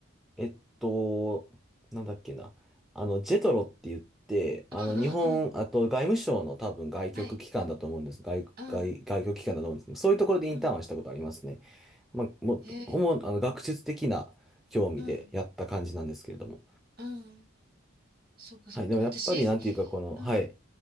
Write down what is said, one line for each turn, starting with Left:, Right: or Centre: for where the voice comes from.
Centre: えっと、なんだっけな。あの、ジェトロって言って、あの、
Right: うんうんうん。
Centre: 日本、あと外務省の多分外局機関だと思うんです。
Right: はい。
Centre: 外、
Right: うん
Centre: 外、外局機関だと思うんですけど、そういうところでインターンはしたことありますね。
Right: うん。
Centre: まあ、もう、
Right: へえ。
Centre: 主にあの、学術的な興味でやった感じなんですけれども。
Right: うん。うん。そうかそうか。
Centre: はい、でもやっぱりなんていうか、
Right: 私、
Centre: この、はい、
Right: うん。